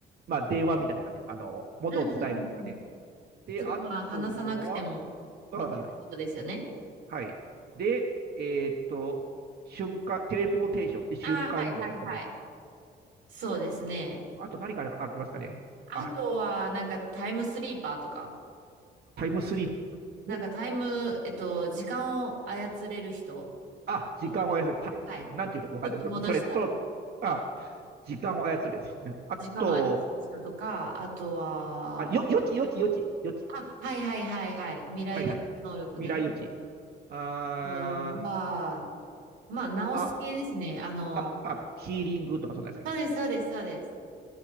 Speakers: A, on the right; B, on the right.
A: まあ、電話みたいな感じ。あの、物を伝えるとかね。
B: うん、うん、うんうん。
A: で、
B: とか、
A: あとは、
B: まあ、話さなくても、
A: あ
B: みたいなことですよね。
A: はい。で、えーっと、瞬間、テレポーテーションで瞬間移動ですかね。
B: ああ、はい、はい、はい。そうですね。
A: うんあと何かありますかね。
B: あとは、
A: あ、
B: なんか、タイムスリーパーとか。
A: タイムスリッ
B: なんかタイム、
A: プ、ん
B: えっと、時間を操れる人
A: あ、時間を操る、
B: の能力。
A: タイなんていうのかわかんない。
B: はい。ちょっと戻した。
A: それと、あ、時間を操るですね。あと、
B: 時間を操る人とか、あとは、
A: あ、よ、予知、予知、予知、予知。
B: あ、はいはいはいはい。未来予測能力ね。
A: はいはい。未来予知。あー
B: うんは、まあ、直す系ですね。
A: あ、
B: あの、
A: あ、あ、ヒーリングとかそんなんですかね。
B: そうですそうですそうです。